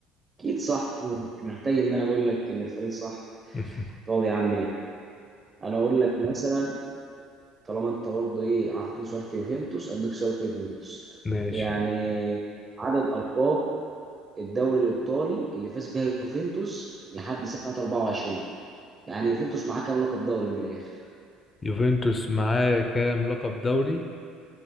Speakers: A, on the right (about 15°); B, on the left (about 20°).
A: اكيد صح مش محتاج ان انا اقول لك ان الفريق صح
B: <laughs>
A: طب يا عم ايه انا اقول لك مثلا طالما انت برضه ايه اعطيتني سؤال في يوفنتوس اديك سؤال في يوفنتوس
B: ماشي
A: يعني عدد القاب الدوري الايطالي اللي فاز بها يوفنتوس لحد سنه 24 يعني يوفنتوس معاه كام لقب دوري من الاخر
B: يوفنتوس معاه كام لقب دوري